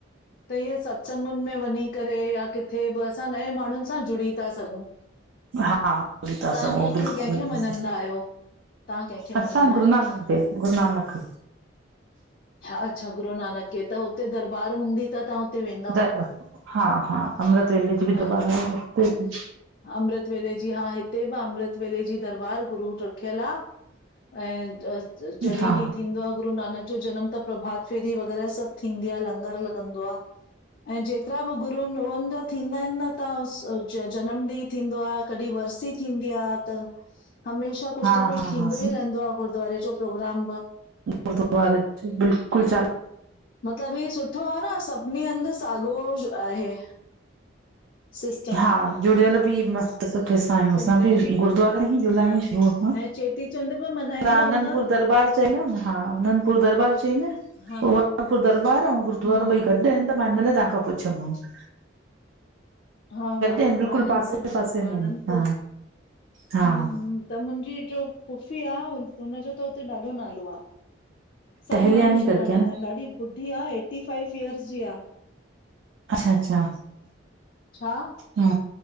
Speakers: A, on the left (about 50°); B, on the right (about 75°).
A: त इंयें सत्संगुन में वञी करे या किथे बि असां नए माण्हुन सां जुड़ी ता सघूं।
B: हा जुड़ी ता
A: तव्हां
B: सघूं
A: कंहिंखे
B: बिल्कुलु।
A: कंहिंखे मञंदा आहियो, तव्हां कंहिंखे
B: असां
A: मञंदा
B: गुरू
A: आहियो?
B: नानक देव, गुरू नानक।
A: हा अच्छा गुरू नानक खे, त हुते दरबार हुंदी? त तहां हुते वें
B: दरबार हा हा अमृत वेले जी बि
A: हा
B: दरबार आ हुते बि
A: अमृत वेले जी, हा हिते बि अमृत वेले जी दरबार गुरू रखियल आ। ऐं जॾहिं
B: हा
A: ई थींदो आहे गुरू नानक जो जन्म त प्रभात फेरी वग़ैरह सभु थींदी आ लंगर लॻंदो आ। ऐं जेतिरा बि गुरून उवनि ज़ा थींदा इनि न त उस अज जन्म ॾींहुं थींदो आ, कॾी वरसी थींदी आ त हमेशा कुछु
B: हा
A: न कुछु
B: हा
A: थींदो
B: हा
A: ई रहंदो आ गुरुद्वारे जो प्रोग्राम बि
B: गुरुद्वारे बिल्कुलु चाल <unintelligible>
A: मतलब ही सुठो आ न सभिनी हंधि साॻोश आहे। सिस्टम
B: हा जुड़ियल बि मस्त सुठे सां आहियूं
A: सिंधियुनि
B: असां बि
A: जो
B: गुरूद्वारे ई जुड़ियल
A: हा
B: आहिंयूं शुरूअ खां,
A: ऐं चेटीचंड बि मल्हाईंदा
B: पर आनंदपुर
A: हूंदा
B: दरॿार चईंदा उ न हा आनंदपुर दरॿार चईंदा इनि।
A: हा।
B: आनंदपुर दरॿार अंउं गुरुद्वारो
A: हम्म,
B: ॿई गॾु आहिनि त मां इन लाए तहां खां पुछयो मांव।
A: हा हा
B: आहिनि बिल्कुलु
A: आनंदपुर
B: पासे
A: हा
B: पासे में
A: आनंदपुर
B: आहिनि हा
A: हम्म
B: हा
A: हम्म त मुंजी जो पुफी आ, हुनजो त उते ॾाढो नालो आ। सभु
B: टहलियानी
A: माण्हूं सुञाणंदा
B: करके आ न
A: हिनि ॾाढी ॿुढी आ एटी फाइव इयर्स जी आ।
B: अच्छा -अच्छा,
A: छा?
B: हा